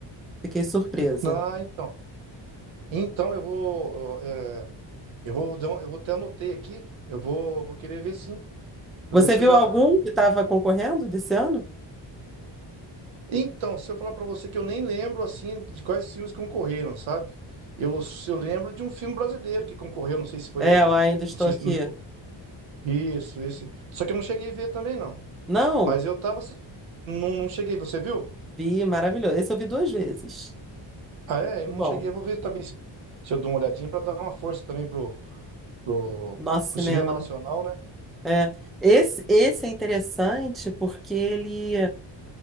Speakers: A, in the centre; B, on the right.
A: Fiquei surpresa.
B: ah, então. Então eu vou, eh, eu vou, dar um- eu vou até anotei aqui. Eu vou, vou querer ver sim.
A: Você
B: Eu ver se
A: viu
B: eu já.
A: algum que estava concorrendo desse ano?
B: Então, se eu falar para você que eu nem lembro assim de quais filmes concorreram, sabe? Eu, eu lembro de um filme brasileiro que concorreu, não sei se foi
A: É,
B: o,
A: eu ainda estou
B: não sei
A: aqui.
B: se não foi. Isso, esse. Só que eu não cheguei a ver também não.
A: Não,
B: Mas eu tava assistindo, não, não cheguei. Você viu?
A: vi, maravilhoso. Esse eu vi duas vezes.
B: Ah, é?
A: Muito
B: Eu não
A: bom.
B: cheguei. Eu Vou ver também se, se eu dou uma olhadinha para dar uma força também pro, pro,
A: Nosso
B: pro
A: cinema,
B: cinema
A: né?
B: nacional, né?
A: É. Esse, esse é interessante porque ele